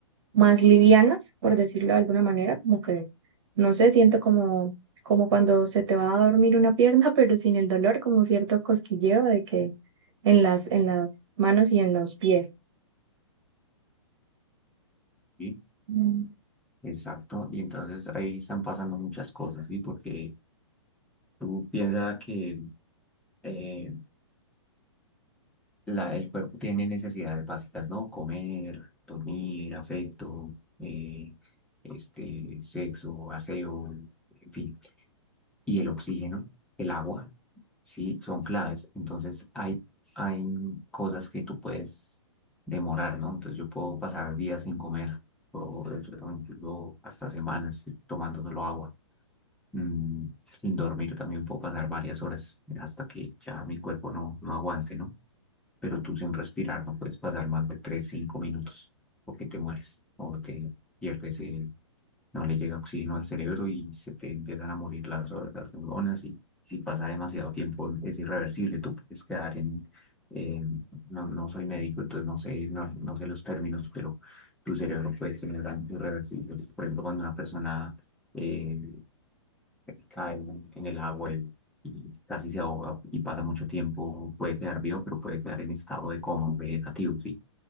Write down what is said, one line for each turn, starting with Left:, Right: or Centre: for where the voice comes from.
Right: más livianas, por decirlo de alguna manera, como que, no sé, siento como, como cuando se te va a dormir una pierna, <laughs> pero sin el dolor, como cierto cosquilleo de que en las, en las manos y en los pies.
Centre: sí.
Right: Mm,
Centre: Exacto, y entonces ahí están pasando muchas cosas, ¿sí? Porque tú piensas que eh, la, el cuerpo tiene necesidades básicas, ¿no? Comer, dormir, afecto, eh, este, sexo, aseo, en fin. Y el oxígeno, el agua, ¿sí? Son claves. Entonces hay, hay cosas que tú puedes demorar, ¿no? Entonces yo puedo pasar días sin comer, o, o incluso hasta semanas, ¿sí? tomándoselo agua. Mm, sin dormir también puedo pasar varias horas hasta que ya mi cuerpo no, no aguante, ¿no? Pero tú sin respirar no puedes pasar más de 3 5 minutos porque te mueres o te pierdes, el- no le llega oxígeno al cerebro y se te empiezan a morir las, hor- las neuronas y si pasa demasiado tiempo es irreversible, tú puedes quedar en... eh, no, no soy médico, entonces no sé, no, no sé los términos, pero tu cerebro puede tener daños irreversibles. Por ejemplo, cuando una persona eh, cae en, en el agua y, y casi se ahoga y pasa mucho tiempo, puede quedar vivo, pero puede quedar en estado de coma vegetativo, ¿sí?